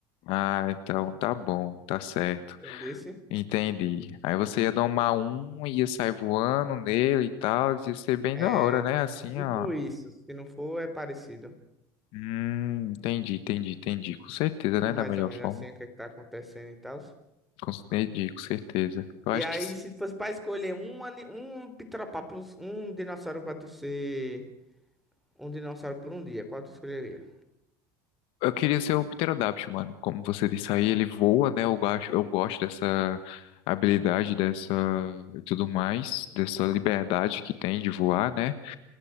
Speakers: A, on the left; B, in the centre.
A: Ah, então tá bom, tá certo.
B: Entendesse?
A: Entendi. Aí você ia domar um, ia sair voando nele e tal. Ia ser bem
B: É
A: da hora, né? Assim,
B: tipo
A: ó.
B: isso. Se não for, é parecido.
A: Hum, entendi, entendi, entendi. Com certeza,
B: Entendeu
A: né?
B: mais
A: Da melhor
B: ou menos
A: forma.
B: assim o que, é que tá acontecendo e tal.
A: Com- Entendi, com certeza. Eu
B: E
A: acho
B: aí,
A: que.
B: se fosse pra escolher um, ani- um Pteropápulos, um dinossauro pra tu ser um dinossauro por um dia, qual tu escolheria?
A: Eu queria ser o Pterodáctilo, mano. Como você disse aí, ele voa, né? Eu gosto, eu gosto dessa habilidade, dessa e tudo mais, dessa liberdade que tem de voar, né?